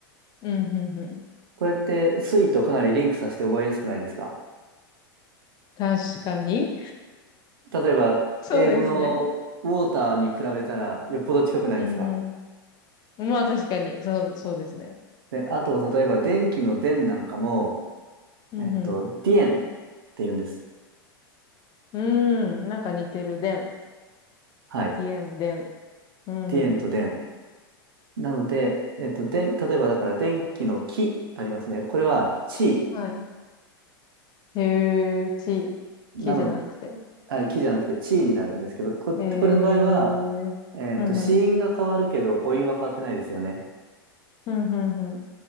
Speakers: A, on the left; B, on the right.
A: うん、うん、うん。
B: これって水とかなりリンクさせて覚えやすくないですか
A: 確かに。
B: 例えば、
A: そうですね。
B: 英語のウォーターに比べたらよっぽど近くないですか
A: うん、うん。まあ確かに、そう、そうですね。
B: で、あと、例えば電気の電なんかも、
A: うん、
B: えっと、
A: うん。
B: ディエンって言うんです。
A: うん、なんか似てる。でん。
B: はい。
A: ディエン、でん。うん、
B: ディエンと電。
A: うん。
B: なので、えっと、電、例えばだから電気の気ありますね。これは地
A: はい。ていうち、
B: なの、
A: きじゃなくて。
B: あ、キじゃなくてチーになるんですけど、こ、
A: へえ。
B: これの場合は、えっと、
A: うん、
B: 子音が変わるけど母音は変わってないですよね。
A: うん。うん、うん、う